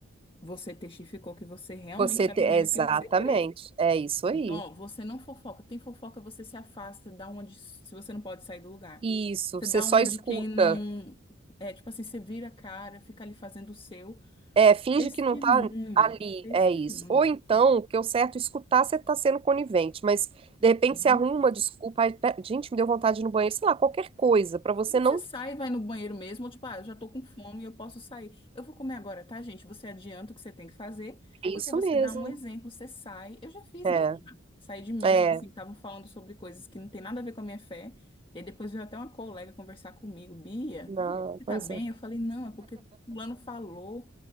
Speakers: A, on the left; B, on the right.
A: Você testificou que você realmente
B: Você
A: está
B: te-
A: vivendo
B: é, exatamente,
A: aquilo que você crê.
B: é isso aí.
A: Então, ó, você não fofoca. Tem fofoca, você se afasta, dá uma de, se você não pode sair do lugar.
B: Isso,
A: Você
B: você
A: dá
B: só
A: uma
B: escuta.
A: de quem não. É, tipo assim, você vira a cara, fica ali fazendo o seu.
B: É, finge
A: Testemunho.
B: que não tá ali,
A: Testemunho.
B: é isso. Ou então, porque o certo é escutar, você tá sendo conivente, mas de repente
A: Uhum.
B: você arruma uma desculpa, ai, pe- gente, me deu vontade de ir no banheiro, sei lá, qualquer coisa, pra você
A: Você
B: não.
A: sai, vai no banheiro mesmo, ou tipo, ah, eu já tô com fome, eu posso sair. Eu vou comer agora, tá, gente? Você adianta o que você tem que fazer,
B: É isso
A: porque você
B: mesmo.
A: dá um exemplo, você sai. Eu já fiz
B: É,
A: isso, já. Saí de mesas,
B: é,
A: assim, que estavam falando sobre coisas que não tem nada a ver com a minha fé. E aí depois veio até uma colega conversar comigo, Bia,
B: não,
A: você
B: pois
A: tá bem?
B: é.
A: Eu falei, não, é porque fulano falou.